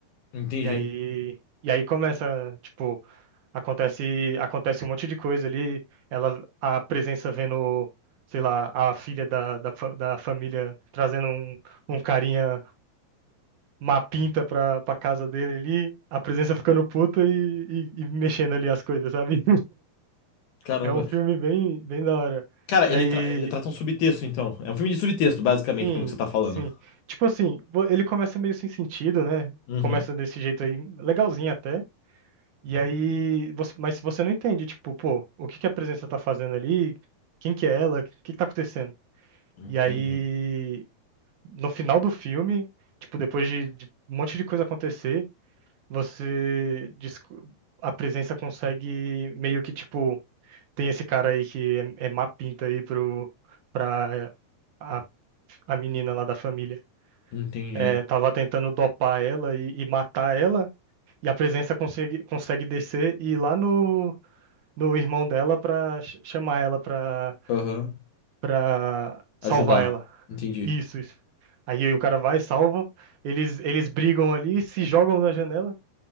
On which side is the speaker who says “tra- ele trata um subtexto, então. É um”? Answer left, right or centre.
Left